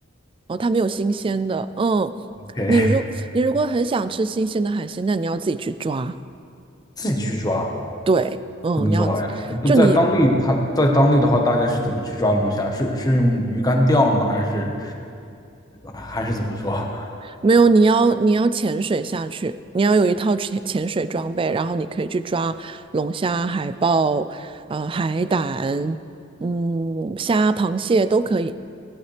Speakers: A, on the right (about 25°); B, on the left (about 20°).
A: 哦，它没有新鲜的。嗯，
B: 给
A: 你如你如果很想吃新鲜的海鲜，那你要自己去抓。
B: 自己去抓，
A: 对，嗯，
B: 怎么抓呀？
A: 你要
B: 不在当地，
A: 就你
B: 它在当地的话，大家是怎么去抓龙虾？是是用鱼竿钓吗？还是还是怎么说？
A: 没有，你要你要潜水下去，你要有一套潜潜水装备，然后你可以去抓龙虾、海豹、呃海胆、嗯虾、螃蟹都可以。